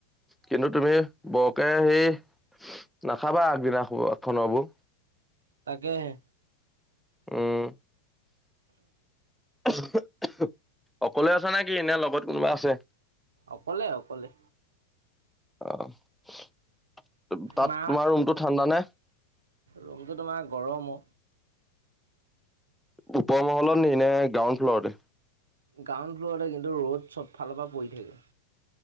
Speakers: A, in the centre; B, on the right (about 80°).
A: কিন্তু, তুমি বৰকে সেই নাখাবা! আগদিনা খোৱা <unintelligible>
B: তাকেহে।
A: উম। আহু -আহু অকলে আছে নে কি এনে লগত কোনোবা আছে।
B: অকলে অকলে।
A: অ তাত
B: মা
A: তোমাৰ ৰুমতটো ঠাণ্ডা নে।
B: ৰুমটো তোমাৰ গৰম অ।
A: ওপৰ মহলত নি নে গ্ৰাউড ফ্লৰতে।
B: গ্ৰাউণ্ড ফ্ল'ৰতে কিন্তু ৰ'দ চব ফালৰ পৰা পৰি থাকে।